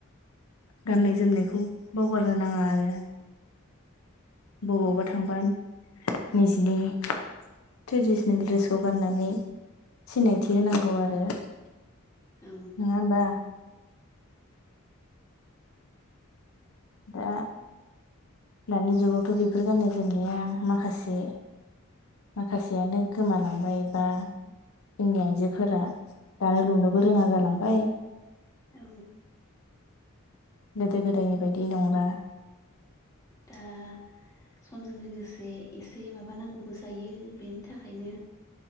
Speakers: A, on the left (about 85°); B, on the left (about 15°).
A: गाननाय जोमनायखौ बावगारनो नाङा आरो बबावबा
B: औ
A: थांबा निजिनि ट्रेडिसन सनेल दड्रेसखौ गाननानै सिनायथि होनांगौ आरो नोङो
B: औ
A: ओमबा दा दानि जुगावथ' बेफोर गाननाय जोमनाया माखासे माखासेयानो गोमालांबाय बा जोंनि आइजोफोरा दानो लुनोबो रोङा जालांबाय
B: औ
A: गोदो गोदायनि बायदि नंला
B: दा समजों लोगोसे एसे माबा नांगौबो जायो बेनि थाखायनो